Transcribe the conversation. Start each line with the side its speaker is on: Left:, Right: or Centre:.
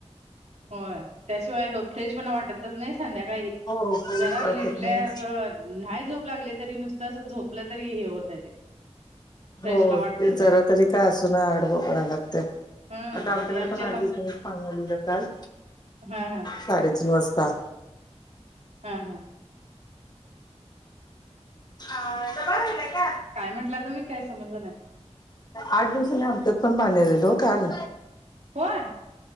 Right: होय त्याशिवाय हो फ्रेश पण वाटतच नाही संध्याकाळी.
Left: हो काहीच
Right: जरा
Left: वाटत
Right: लिडलंय
Left: नाही.
Right: असं नाही झोप लागले तरी नुसतं असं झोप. होतय ते. फ्रेशला
Left: हो
Right: वाटतय
Left: ते जरा तरी काय असून आडवं पडायला लागतय
Right: हं
Left: आता आमच्याकडे
Right: हे आमची
Left: पण
Right: आता
Left: अर <unintelligible> पाणी आलेलं काल
Right: हा हा
Left: साडेतीन वाजता.
Right: हा हा
Left: हाता बरलाय का
Right: काय म्हटलं तुमी काय संमजल नाही.
Left: आठ दिवसनी आमच्यात पण पाणी आलेल हो काल.
Right: होय.